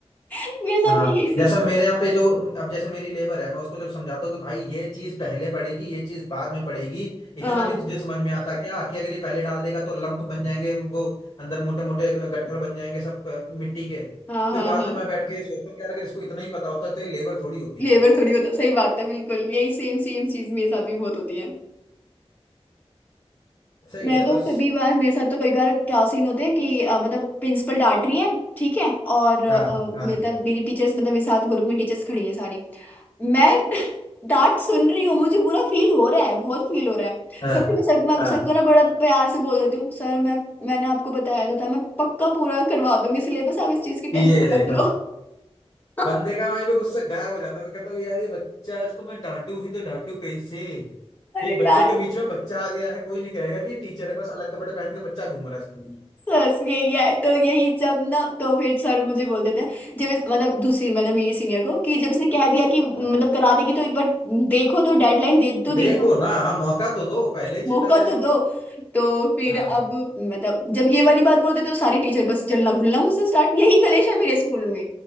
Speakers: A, on the left; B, on the left.
A: <laughs> मेरे साथ
B: हाँ
A: भी यही सीन
B: जैसा
A: है
B: मेरे यहाँ पे जो अब जैसे मेरी लेबर है मैं उसको जब समझाता हूँ कि भाई ये चीज पहले पड़ेगी ये चीज बाद में पड़ेगी इतना
A: हाँ
B: नहीं तुझे समझ में आता क्या कि अगर ये पहले डाल देगा तो लंप बन जाएंगे वो अंदर मोटे मोटे गट्ठर बन जाएंगे सब अ, मिट्टी के
A: हाँ हाँ
B: फिर बाद
A: हाँ
B: में मैं बैठ के सोचता हूँ कि यार अगर इसको इतना ही पता होता तो ये लेबर थोड़ी होती
A: लेबर थोड़ी होता सही बात है बिल्कुल यही सेम सेम चीज मेरे साथ भी बहुत होती है
B: सही
A: मैं
B: है
A: तो
B: बस
A: कभी बार मेरे साथ तो कई बार क्या सीन होते हैं कि अ, मतलब प्रिंसिपल डांट रही है ठीक है और अ,
B: हाँ हाँ
A: मतलब मेरी टीचर्स मतलब मेरे साथ ग्रुप में टीचर्स खड़ी हैं सारी मैं <laughs> डांट सुन रही हूँ मुझे बुरा फील हो रहा है बहुत फील हो रहा है
B: हाँ
A: पर फिर मैं सर मैं
B: हाँ
A: सर को ना बड़ा प्यार से बोल देती हूँ सर मैं मैंने आपको बताया तो था मैं पक्का पूरा करवा दूंगी सिलेबस आप इस चीज की
B: ये
A: टेंशन
B: देखो
A: मत लो <laughs>
B: बंदे का वहीं पे गुस्सा गायब हो जाता है कहता हूँ यार ये बच्चा है, इसको मैं डांटू भी तो डांटू कैसे
A: अरे
B: ये बच्चों
A: यार
B: के बीच में बच्चा आ गया है कोई नहीं कहेगा कि टीचर है बस अलग कपड़े पहन के बच्चा घूम रहा है स्कूल में
A: बस यही है तो यही जब ना तो फिर सर मुझे बोल देते हैं जब इस, मतलब दूसरी मतलब मेरी सीनियर को कि जब इसने कह दिया कि मतलब
B: हाँ।
A: करा देगी तो एक बार देखो तो डेडलाइन दे तो
B: देखो
A: दी ना
B: ना हाँ मौका तो दो पहले ही
A: मौका
B: चिल्ला रहे
A: तो
B: हो
A: दो तो फिर
B: हाँ
A: अब मतलब जब ये वाली बात बोलते तो सारी टीचर बस जलना भूलना मुझसे स्टार्ट यही कलेश है मेरे स्कूल में